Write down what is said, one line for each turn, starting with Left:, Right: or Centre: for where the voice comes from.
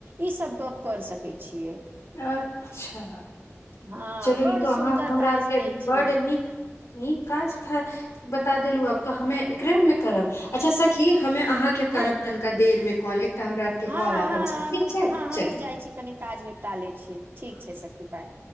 Right: ई सब गप कर सकै छियै
Left: अच्छा
Right: हँ
Left: चलू
Right: बड
Left: तो
Right: सुन्दर
Left: अहाँ हमरा
Right: काज
Left: आर के
Right: दै छै
Left: बड नीक निक काज ख बता देलू आब तऽ हमे एकरे मे करब अच्छा सखी ह अहाँके के
Right: हँ
Left: करब तनिका देर मे कॉल एकटा हमरा आर के
Right: हँ
Left: कॉल आबै
Right: हँ
Left: छै
Right: हमूँ
Left: ठीक छै
Right: हँ हमूँ
Left: चलू
Right: जाइ छी कनि काज निपटा लै छीय ठीक छै सखी बाय